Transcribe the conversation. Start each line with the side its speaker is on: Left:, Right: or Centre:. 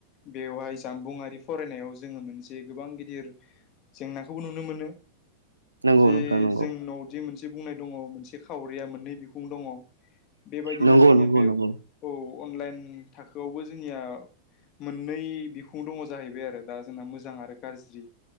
Left: बेवहाय जामबुंआरि फरायनायाव जोङो मोनसे गोबां गिदिर जेंनाखौबो नुनो मोनो
Right: नंगौ
Left: जे
Right: नोंथां नंगौ
Left: जोंनावदि मोनसे बुंनाय दङ मोनसे खावरिया मोननै बिखुं दङ बेबायदिनो
Right: नंगौ
Left: जोंनिया
Right: नंगौ
Left: बे
Right: नंगौ
Left: औ अनलाइन थाखोआवबो जोंनिया मोननै बिखुं दङ जाहैबाय आरो दा जोंना मोजां आरो गाज्रि